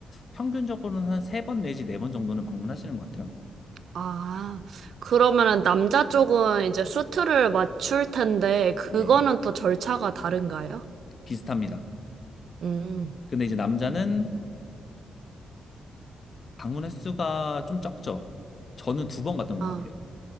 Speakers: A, on the left; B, on the right.
A: 평균적으로는 한 세 번 내지 네 번 정도는 방문하시는 것 같더라고요.
B: 아, 그러면은 남자 쪽은 이제 수트를 맞출 텐데 그거는
A: 네.
B: 또 절차가 다른가요?
A: 비슷합니다.
B: 음.
A: 근데 이제 남자는 방문 횟수가 좀 적죠. 저는 두 번 갔던
B: 아,
A: 것 같아요.